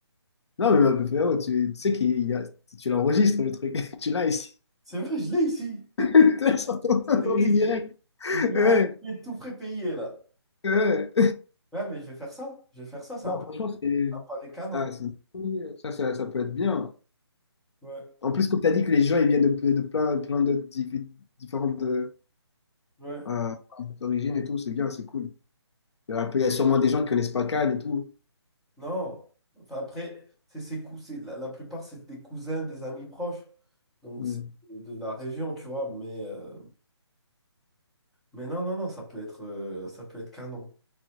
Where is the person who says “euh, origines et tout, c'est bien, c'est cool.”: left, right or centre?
Left